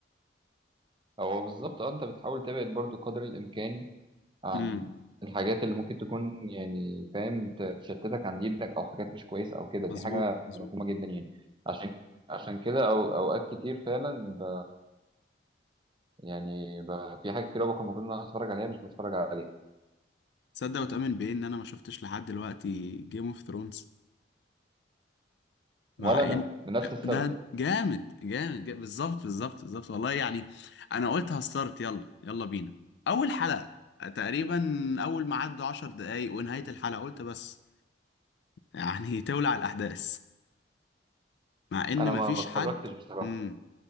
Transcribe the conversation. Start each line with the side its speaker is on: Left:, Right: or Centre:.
Right: هو بالظبط اه انت بتحاول تبعد برضو قدر الامكان عن
Left: امم
Right: الحاجات اللي ممكن تكون يعني فاهم ت- تشتتك عن دينك او حاجات مش كويسه او كده دي
Left: مظبوط
Right: حاجه
Left: مظبوط
Right: مفهومه جدا يعني عشان عشان كده او اوقات كتير فعلا ب يعني ب في حاجات كتير أوي بكون المفروض ان انا اتفرج عليها مش بتفرج عليها
Left: تصدق وتؤمن بايه ان انا ما شفتش لحد دلوقتي جيم اوف ثرونز مع
Right: ولا انا
Left: ان
Right: لنفس السبب
Left: ده جامد جامد, جامد. بالظبط بالظبط بالظبط والله يعني انا قلت هستارت يلا يلا بينا اول حلقة تقريبا اول ما عدوا عشر دقايق ونهاية الحلقة قلت بس يعني <laughs> تولع الاحداث مع ان
Right: انا
Left: مفيش
Right: ما ما اتفرجتش
Left: حد
Right: بصراحه
Left: مم.